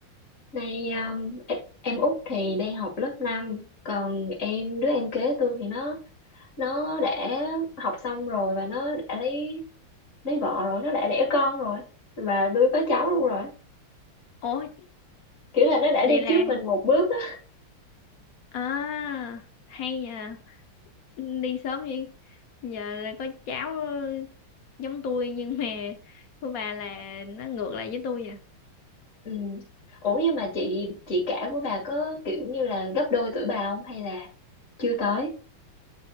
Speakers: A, on the left (about 35°); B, on the left (about 60°).
A: Này um, e- em Út thì đang học lớp năm còn em đứa em kế tôi thì nó nó đã học xong rồi và nó đã lấy lấy vợ rồi nó đã đẻ con rồi và tôi có cháu luôn rồi
B: Ủa,
A: kiểu là nó đã
B: vậy
A: đi
B: là
A: trước mình một bước á
B: à hay nhờ đi sớm vậy giờ là có cháu giống tôi nhưng mà của bà là nó ngược lại với tôi à
A: ừ. Ủa nhưng mà chị chị cả của bà có kiểu như là gấp đôi tuổi bà không hay là chưa tới